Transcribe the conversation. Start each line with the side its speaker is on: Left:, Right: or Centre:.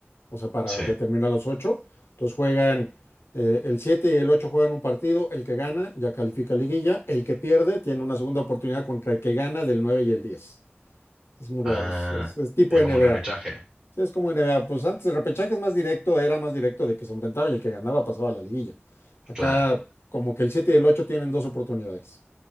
Left: o sea, para
Right: sí.
Left: determinar los ocho. Entonces juegan eh, el 7 y el 8 juegan un partido, el que gana ya califica a liguilla, el que pierde tiene una segunda oportunidad contra el que gana del 9 y el 10. Es muy raro,
Right: Ah,
Left: es, es- es tipo
Right: es
Left: NBA.
Right: como un repechaje.
Left: Sí, es como NBA, pues antes el repechaje es más directo, era más directo de que se enfrentaban y el que ganaba pasaba a la liguilla. Acá
Right: Clara.
Left: como que el 7 y el 8 tienen dos oportunidades.